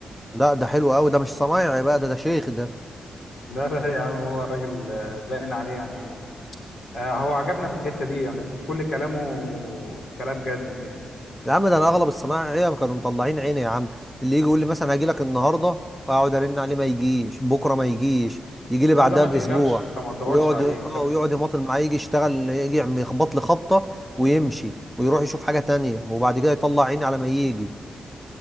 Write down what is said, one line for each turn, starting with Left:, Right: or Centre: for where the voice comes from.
Centre: لا ده حلو قوي ده مش صنايعي بقى ده ده شيخ ده
Left: <laughs> لا لا يا عم هو راجل آه، باين عليه يعني آه، هو عجبنا في الحتة دي يعني كل كلامه كلام جد كده
Centre: يا عم ده انا اغلب الصنايعيه كانوا مطلعين عيني يا عم اللي يجي يقول لي مثلا هاجي لك النهارده واقعد ارن عليه ما يجيش بكره ما يجيش يجي لي
Left: لا
Centre: بعدها
Left: ده ما
Centre: باسبوع
Left: تقلقش انت ما تدورش
Centre: ويقعد
Left: عليه
Centre: اه
Left: انت
Centre: ويقعد يماطل معايا يجي يشتغل يجي يعمل- يخبط لي خبطه ويمشي ويروح يشوف حاجه تانية وبعد كده يطلع عيني على ما يجي